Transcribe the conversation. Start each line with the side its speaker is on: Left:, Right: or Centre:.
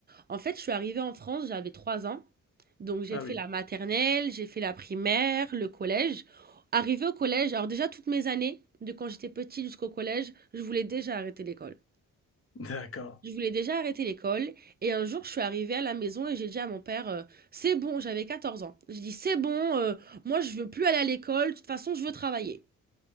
Right: En fait, je suis arrivée en France, j'avais 3 ans. Donc j'ai
Left: Ah
Right: fait
Left: oui,
Right: la maternelle, j'ai fait la primaire, le collège. Arrivée au collège, alors déjà toutes mes années, de quand j'étais petite jusqu'au collège, je voulais déjà arrêter l'école.
Left: <laughs> d'accord.
Right: Je voulais déjà arrêter l'école. Et un jour, je suis arrivée à la maison et j'ai dit à mon père, euh, c'est bon, j'avais 14 ans. J'ai dit, c'est bon, euh, moi je veux plus aller à l'école, de toute façon je veux travailler.